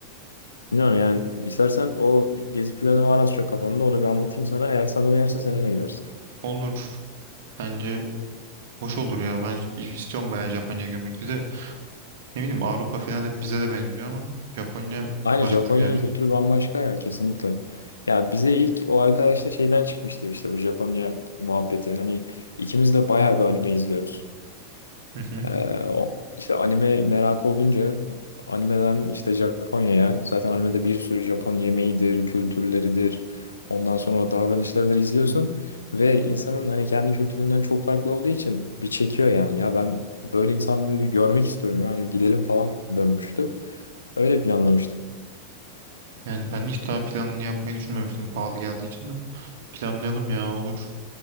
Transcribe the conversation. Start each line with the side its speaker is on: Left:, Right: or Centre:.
Left: Bilmiyorum yani istersen o gezi planı var az çok kafamda onu bir anlatayım sana. Eğer sana uyarsa seninle gidersin.
Right: Olur. Bence hoş olur ya. Ben istiyorum bayağı Japonya'yı görmek. Bir de ne bileyim Avrupa falan hep bize de benziyor ama Japonya
Left: Aynen
Right: başka
Left: Japonya'nın
Right: bir yer.
Left: kültürü bambaşka ya kesinlikle. Ya bize ilk o arkadaşla şeyden çıkmıştı işte bu Japonya muhabbeti. Hani ikimiz de bayağı bir anime izliyoruz.
Right: Hı hı.
Left: Ee, o, işte anime merakı olunca animeden işte Japonya'ya zaten animede bir sürü Japon yemeğidir, kültürleridir. Ondan sonra o davranışlarıdır izliyorsun ve insanın hani kendi kültüründen çok farklı olduğu için bir çekiyor yani. Ya ben böyle insanları bir görmek istiyorum yani gidelim falan dönmüştü. Öyle planlamıştık.
Right: Yani ben hiç daha planını yapmayı düşünmemiştim pahalı geldiği için de. Planlayalım ya olur.